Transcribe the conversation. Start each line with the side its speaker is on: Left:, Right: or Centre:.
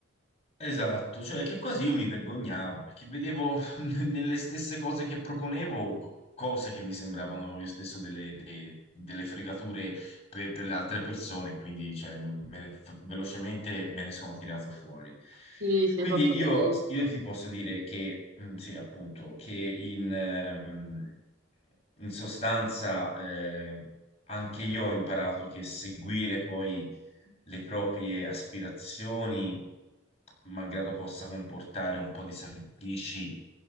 Left: Esatto, cioè che quasi io mi vergognavo perché vedevo <laughs> nelle stesse cose che proponevo cose che mi sembravano io stesso delle, de- delle fregature per, per le altre persone, quindi cioè, me ne- velocemente me ne sono tirato fuori.
Right: Sì, sì,
Left: Quindi
Right: hai fatto
Left: io,
Right: bene.
Left: io ti posso dire che, mm, sì, appunto, che in, ehm, in sostanza, eh, anche io ho imparato che seguire poi le proprie aspirazioni, malgrado possa comportare un po' di sacrifici,